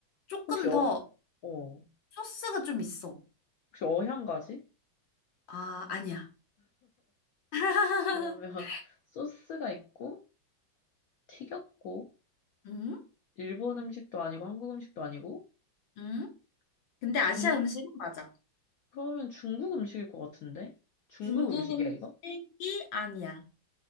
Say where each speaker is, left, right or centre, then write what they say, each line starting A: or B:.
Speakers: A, on the left; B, on the left.
A: 조금
B: 혹시 어,
A: 더
B: 어,
A: 소스가 좀 있어.
B: 혹시 어향가지?
A: 아, 아니야. <laughs>
B: 그러면 <laughs> 소스가 있고 튀겼고
A: 응?
B: 일본 음식도 아니고 한국 음식도 아니고
A: 응? 근데 아시아
B: 중
A: 음식은 맞아.
B: 그러면 중국 음식일 것 같은데? 중국
A: 중국
B: 음식이야
A: 음식이
B: 이거?
A: 아니야.